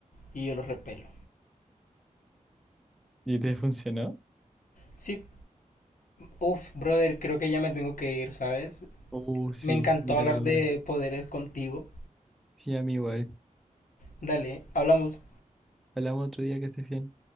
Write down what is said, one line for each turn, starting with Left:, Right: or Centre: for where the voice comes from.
Left: y yo los repelo.
Centre: ¿Y te funcionó?
Left: Sí, uff, brother, creo que ya me tengo que ir, ¿sabes?
Centre: Oh, sí,
Left: Me encantó
Centre: mírala
Left: hablar
Centre: ahora.
Left: de poderes contigo.
Centre: Sí, a mí igual.
Left: Dale, hablamos.
Centre: Hablamos otro día que estés bien.